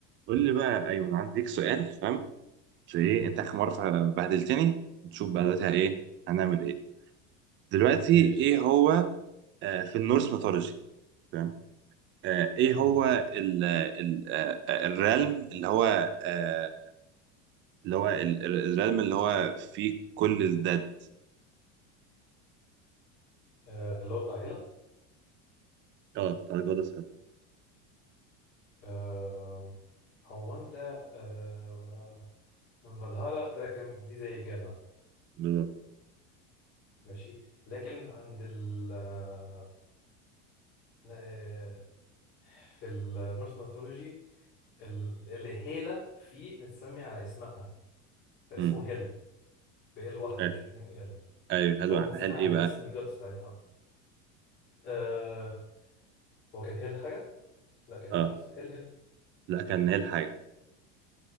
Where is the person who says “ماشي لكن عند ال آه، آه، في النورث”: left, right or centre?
Left